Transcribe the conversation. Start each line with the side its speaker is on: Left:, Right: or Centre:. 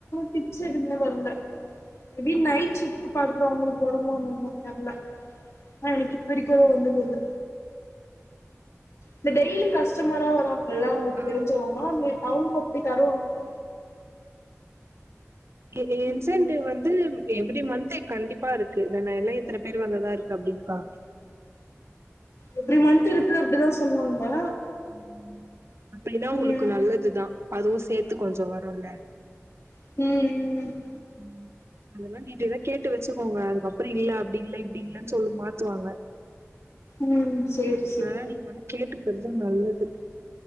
Left: டிப்ஸ் எதுமே வரல எப்டி நைட் ஷிப்ட் பா க்குறவுங்களுக்கு வருமோ என்னமோ தெர்ல ஆனா எனக்கு இதுவரக்கு வந்ததேதில்ல இந்த டெய்லி கஸ்டமரா வருவாங்கல்ல அவ்ங்களுக்கு
Right: ஆ
Left: தெருஞ்சவங்க அவ்ங்க அப்டி தருவாங்க நெ
Right: இது
Left: ம்
Right: இன்சென்ட்டிவ் வந்து எவ்ரி மந்த்து கண்டிப்பா இருக்கு வேன்னா எல்லா இத்தன பேர் வந்ததா இருக்கு அப்டின்கா
Left: எவ்ரி மன்த் இருக்கு அப்டிதா சொன்னாங்க
Right: உம் அப்டின்னா உங்களுக்கு
Left: ம்
Right: நல்லதுதான் அதுவு சேர்த்து கொஞ்சோ வரும்ல்ல
Left: ம் ம்
Right: உம் அதெல்லா டீட்டெய்லா கேட்டு வச்சுக்கோங்க அதுக்கப்றோ இல்ல அப்‌டி இல்ல இப்டி இல்லன்னு சொல்லி மாத்துவாங்க
Left: ம் சேரி சேரி
Right: அதா‌ நீங்க வந்து கேட்டுக்குறது நல்லது